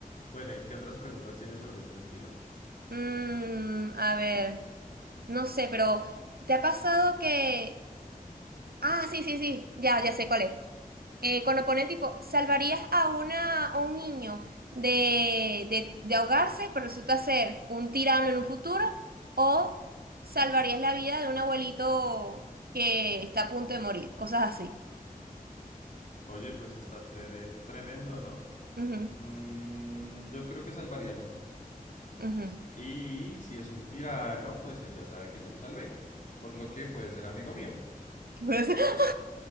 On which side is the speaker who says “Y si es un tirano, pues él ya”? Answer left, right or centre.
Left